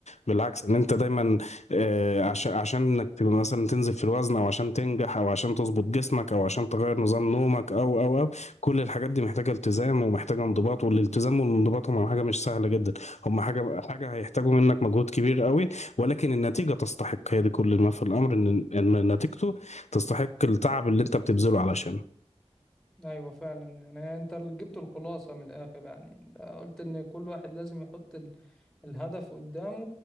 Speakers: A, on the left; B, in the centre.
A: بالعكس ان انت دايما آه، عشان عشان انك تبقى مثلا تنزل في الوزن او عشان تنجح او عشان تظبط جسمك او عشان تغير نظام نومك او او او كل الحاجات دي محتاجه التزام ومحتاجه انضباط والالتزام والانضباط هم حاجه مش سهله جدا هم حاجه حاجه هيحتاجوا منك مجهود كبير قوي ولكن النتيجه تستحق هي دي كل ما في الامر ان ان نتيجته تستحق التعب اللي انت بتبذله علشان
B: ايوه فعلا يعني انت اللي جبت الخلاصة من الاخر يعني قلت ان كل واحد لازم يحط ال- الهدف قدامه